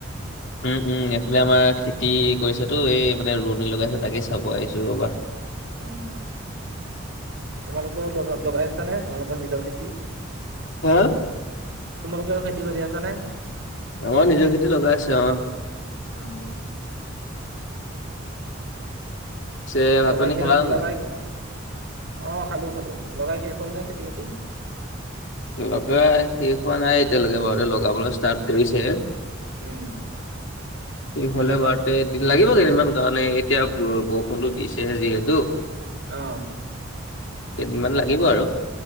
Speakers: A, on the left; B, on the right.
A: উম উম এইফালে আমাৰ খেতি কৰিছেতো এই মানে ৰোৱনী লগাইছে তাকে চাব আহিছো ৰ'বা।
B: উম। তোমালোকৰ লগ লগাই আছ নে, তোমালোকৰ নিজৰ খেতি?
A: হা?
B: তোমালোকেও খেতি কৰি আছা নে?
A: আমাৰ নিজৰ খেতি লগাই আছে অ।
B: উম
A: পিছে ভাত
B: লগাই
A: পানী
B: শেষ
A: খালা নে
B: লগাই,
A: নাই?
B: অ খালো খালো। লগাই শেষ হ'ল নে খেতি বাতি?
A: লগাই শেষ হোৱা নাই এতিয়ালৈকে বাৰু, লগাবলৈ ষ্টাৰ্ট কৰিছেহে।
B: উম।
A: সেই হলে বাৰু তে দিন লাগিব কেইদিনমান কাৰণে এতিয়া বৰষুণো দিছে যিহেতু।
B: অ।
A: কেইদিনমান লাগিব আৰু।